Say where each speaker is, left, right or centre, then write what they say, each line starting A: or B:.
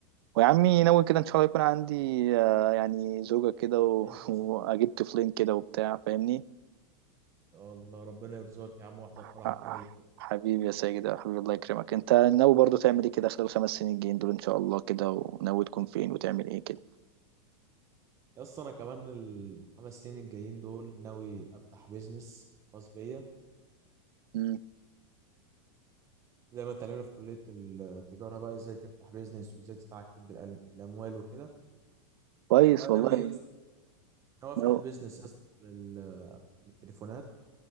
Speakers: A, on the right; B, on the right.
A: ويا عمي ناوي كده ان شاء الله يكون عندي آه، يعني زوجة كده و...
B: انت يا
A: <laughs> واجيب
B: اسطى،
A: طفلين كده وبتاع فاهمني
B: ان شاء الله ربنا يرزقك يا عم واحضر
A: ح-
B: فرحك قريب
A: حبيبي يا ساجد يا حبيبي الله يكرمك انت ناوي برضو تعمل ايه كده خلال الخمس سنين الجايين دول ان شاء الله كده وناوي تكون فين وتعمل ايه كده
B: يا اسطى انا كمان الخمس سنين الجايين دول ناوي افتح بيزنس خاص بيا
A: مم.
B: زي ما اتعلمنا في كليه التجاره بقى ازاي تفتح بيزنس وازاي تتحكم بالأل- بالاموال وكده
A: كويس
B: فناوي
A: والله
B: يا اسطى- ناوي افتح
A: ناوي
B: بيزنس يا اسطى لل- للتليفونات